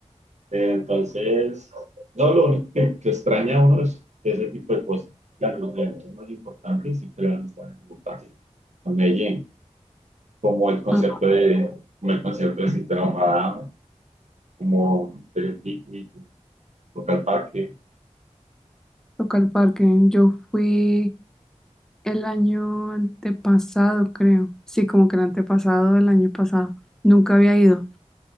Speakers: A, on the right (about 65°); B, in the centre.
A: Eh, Entonces, no lo único que, que extraña a uno es ese tipo de cosas. Claro, los eventos más importantes siempre van a estar en Bogotá, en Medellín. como el concepto
B: Ah,
A: de, como el concepto de sistema Madame, como el picnic, local parque.
B: Toca el parque. Yo fui El año antepasado, creo. Sí, como que el antepasado del año pasado. Nunca había ido.